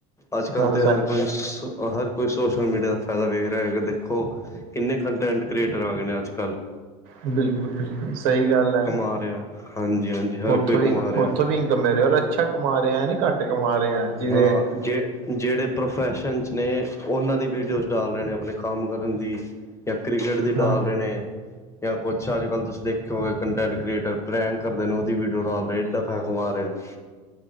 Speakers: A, on the left; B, on the right.
A: ਅਜ ਕੱਲ
B: ਤੁਹਾਨੂੰ
A: ਤੇ ਹਰ ਕੋਈ ਸੋ, ਹਰ ਕੋਈ ਸੋਸ਼ਲ ਮੀਡੀਆ ਦਾ ਫਾਇਦਾ ਵੇਖ ਰਿਆ ਹੈਗਾ ਦੇਖੋ। ਕਿੰਨੇ ਕੰਟੈਂਟ ਕ੍ਰੀਏਟਰ ਆ ਗਏ ਨੇ ਅੱਜ-ਕੱਲ੍ਹ।
B: ਬਿਲਕੁੱਲ-ਬਿਲਕੁੱਲ ਸਹੀ ਗੱਲ ਹੈ।
A: ਕਮਾ ਰਿਹਾ ਹਾਂਜੀ ਹਾਂਜੀ ਹਰ
B: ਉਥੋਂ
A: ਕੋਈ ਕਮਾ
B: ਵੀ
A: ਰਿਹਾ
B: ਉਥੋਂ ਵੀ ਇਨਕਮ ਮੇਰੇ ਰਿਹਾ ਅੱਛਾ ਕਮਾ ਰਿਹਾ ਨੀ, ਘੱਟ ਕਮਾ ਰਿਹਾ ਜਿਹਦੇ
A: ਹਾਂ ਜੇ ਜਿਹੜੇ ਪ੍ਰੋਫੈਸ਼ਨਸ ਨੇ ਉਹਨਾਂ ਦੀ ਵੀਡੀਓਜ਼ ਡਾਲ ਰਹੇ ਨੇ ਆਪਣੇ ਕੰਮ ਕਰਨ ਦੀ ਜਾਂ ਕ੍ਰਿਕਟ ਦੀ
B: ਹਾਂ
A: ਡਾਲ ਰਹੇ ਨੇ ਜਾਂ ਕੁਛ ਅੱਜ ਕੱਲ ਤੁਸੀਂ ਦੇਖੋ ਹੋ ਕੰਟੈਂਟ ਕ੍ਰੀਏਟਰ ਪ੍ਰੈਂਕ ਕਰਦੇ ਨੇ ਉਹਦੀ ਵੀਡੀਓ ਡਾਲ ਰਹੇ ਏਦਾ ਪੈਸਾ ਕਮਾ ਰਹੇ ਨੇ।